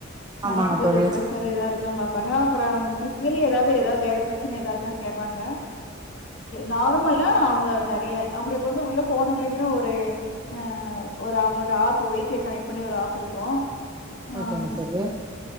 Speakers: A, on the right; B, on the left.
A: ஆமாங்க
B: அ சுகரு
A: தோழி
B: பிர்ரெஷரு எதா இருக் கான் பாப்பாங்க அப்புறோ பிசிக்கலி ஏதாவது ஏதாவது வேற பிரச்சன எதா இருக்கான்னு கேப்பாங்க நார்மலா அவுங்க நறைய அவுங்களுக்கு வந்து உள்ள போனங்களையுமே ஒரு ஆ ஒரு அவங்களோட ஆப்பு ஒய்ஃபை கனெக்ட் பண்ணி ஒரு ஆப் இருக்கு ஆம்
A: ஓகேங்க தோழி